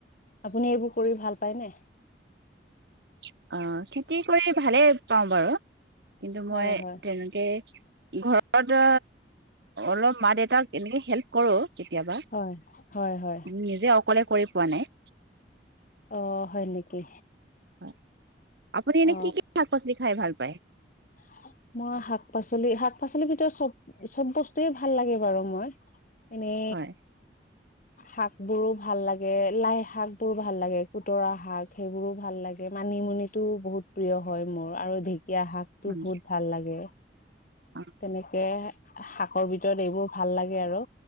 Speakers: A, on the left; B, on the right.
A: আপুনি এইবোৰ কৰি ভাল পায় নে?
B: অ', খেতি কৰি ভালেই পাওঁ বাৰু কিন্তু মই
A: হয় হয়
B: তেনেকে ঘৰত, অলপ মা দেউতাক এনেকে হেল্প কৰো। কেতিয়াবা,
A: হয় হয় হয়
B: নিজে অকলে কৰি পোৱা নাই।
A: অ', হয় নেকি?
B: হয়, আপুনি এনে
A: অ
B: কি কি শাক পাচলি খাই ভাল পায়?
A: <unintelligible> মই শাক পাচলি, শাক পাচলিৰ ভিতৰত চব-চব বস্তুয়ে ভাল লাগে বাৰু মই। এনে
B: হয়,
A: শাক বোৰো ভাল লাগে, লাই শাক বোৰো ভাল লাগে, কুতৰা শাক সেইবোৰো ভাল লাগে ম মানিমুনিটো বহুত প্ৰিয় হয় মোৰ, আৰু ঢেঁকীয়া শা টো
B: উম,
A: বহুত ভাল লাগে,
B: অ',
A: তেনেকে শাকৰ ভিতৰত এইবোৰ ভাল লাগে আৰু।